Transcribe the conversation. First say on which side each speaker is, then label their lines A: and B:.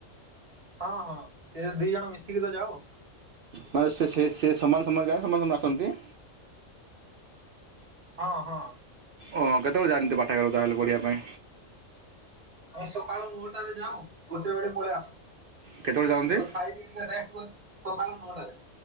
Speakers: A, on the right; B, on the right.
A: ହଁ ହଁ ଏ ଦି ଜଣ ମିଶିକି ତ ଯାଉ।
B: ମ ସେ ସେ-ସମାନ ସମୟରେ ଯାଏ ସମାନ ସମୟରେ ଆସନ୍ତି?
A: ହଁ ହଁ।
B: ଓଁ କେତବେଳେ ଯାଆନ୍ତି ପାଠାଗାରକୁ ତାହେଲେ ପଢ଼ିବା ପାଇଁ?
A: ଆମେ ସକାଳ ନଅଟାରେ ଯାଉ ଗୋଟେ ବେଳେ ପଳେଇ ଆସୁ।
B: କେତେବେଳେ ଯାଆନ୍ତି
A: ତ ଖାାଇକି ଟିକେ ରେଷ୍ଟ କରୁ ସକାଳ ନଅଟାରେ।